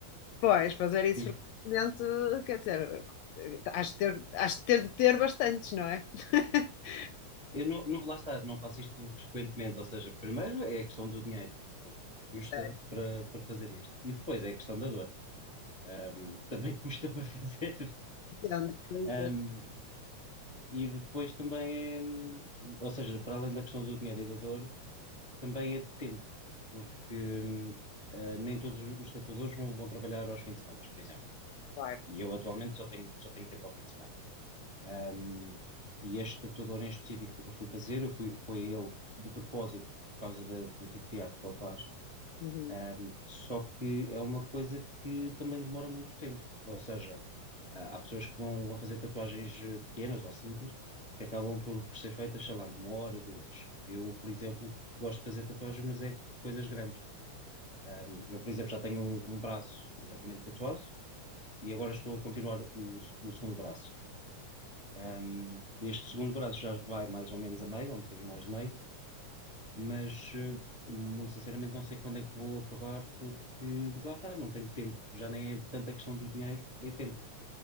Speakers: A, on the left (about 80°); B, on the right (about 20°).
A: Pois, fazer isso
B: Diz-
A: frequentemente, quer dizer, has de ter, has de ter, de ter bastantes, não é? <laughs>
B: eu não, não, vou lá estar. não faço isto frequentemente. Ou seja, primeiro é a questão do dinheiro, porque custa
A: Certo,
B: para para fazer isto. E depois é a questão da dor. Ahm, também custa <laughs> para fazer.
A: entendo, entendo,
B: Ahm, e depois também é, ou seja, para além da questão do dinheiro e da dor, também é tempo, porque hum, ah, nem todos os tatuadores vão, vão trabalhar aos fins de semana, por exemplo.
A: claro.
B: E eu atualmente só tenho, só tenho tempo ao fim de semana. Um, e este tatuador em específico que eu fui fazer, eu fui, foi a ele de propósito, por causa da- do tipo de arte que ele faz.
A: Uhum.
B: Um, só que é uma coisa que também demora muito tempo. Ou seja, ah, há pessoas que vão, vão fazer tatuagens eh, pequenas ou simples, que acabam por, por ser feitas, sei lá, numa hora, duas. Eu, por exemplo, gosto de fazer tatuagens, mas é coisas grandes. Um, eu, por exemplo, já tenho um, um braço completamente tatuado e agora estou a continuar o, o segundo braço. Um, este segundo braço já vai mais ou menos a meio, ou um bocadinho mais de meio, mas eh, muito sinceramente não sei quando é que vou acabar, porque lá está, não tenho tempo. Já nem é tanta questão do dinheiro, é tempo.